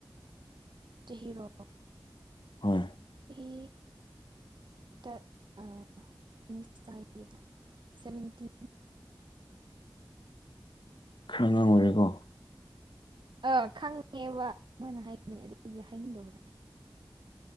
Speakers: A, on the right (about 65°); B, on the left (about 65°).
A: ꯆꯍꯤꯔ‌ꯣ
B: ꯎꯝ
A: ꯍꯤ ꯇꯔ ꯑꯥ ꯏꯪꯂꯤꯁꯇ ꯍꯥꯏꯒꯦꯗ ꯁꯚꯦꯟꯇꯤꯟ
B: ꯈꯔ ꯑꯉꯥꯡ ꯑ‌ꯣꯏꯔꯤꯀꯣ
A: ꯑꯥ ꯈꯪꯉꯦꯕ ꯃꯥꯅ ꯍꯥꯏꯅꯤꯡꯅꯦ ꯑꯗꯨꯒꯤ ꯍꯥꯏꯅꯤꯡꯗꯧꯕ